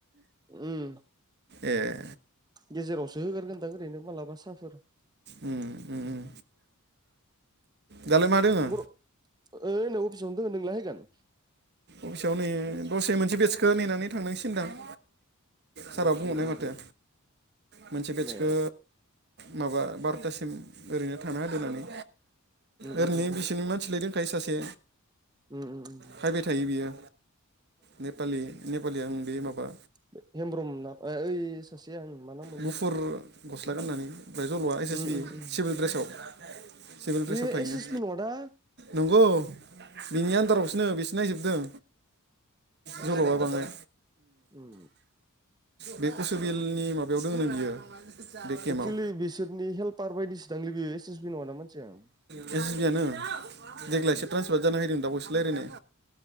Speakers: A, on the right; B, on the right.
A: उम
B: एह
A: गेजेरावसो होगारगोनदां ओरैनो मालाबा साहाफोर
B: उम उम दालाय मा दोङो
A: गर ओइनै अफिसावनो दं नोंलाय हायगोन?
B: अफिसाव नै दसे मोनसे बेटसखौ नेनानै थांनांसिगोनदां सारा
A: अके
B: बुंहरनाय
A: उम
B: माथो
A: उम
B: मोनसे बेटसखो
A: ए
B: माबा बार'थासिम ओरैनो थाना होदो होननानै
A: उम
B: ओरैनो
A: उम उम
B: बिसोरनि मा मिथिलायदोंखाय सासे
A: उम-उम-उम
B: फायबाय थायो बियो नेपालि नेपालि आं बे माबा
A: <unintelligible> हेमब्रुम नाम ओइ ससें मान
B: मुफुर गस्ला गाननानै ओमफ्राय जल'आ एस
A: उम
B: एस बि
A: उम उम
B: सिभिल ड्रेसाव सिभिल
A: बेयो
B: ड्रेसाव थायोना।
A: एस एस बि नङा दा
B: नंगौ बिनि आन्दारावसोननो बेसो नायजोबदों।
A: आदसा
B: जलबा बांआय
A: उम
B: बे कुस बिलनि माबायाव दङ न बियो। बे केमाव
A: एक्सुलि बिसोरनि हेल्पार बायदिसो दांलै बेयो एस एस बि नङा ना मानसिया उम
B: बे जिबियानो देग्लायसो ट्रेनसफार्ट जाना फैदों दा बावैसो रायजलायनाय